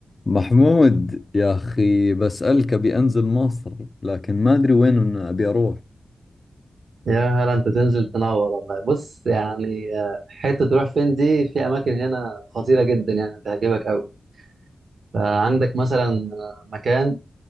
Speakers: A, on the left; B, on the right.
A: محمود يا أخي بسألك أبي أنزل مصر لكن ما أدري وين إن أبي أروح
B: يا هلا انت تنزل تنور والله بص يعني آه، حته تروح فين دي في اماكن هنا خطيره جدا يعني هتعجبك قوي فعندك مثلا آه، مكان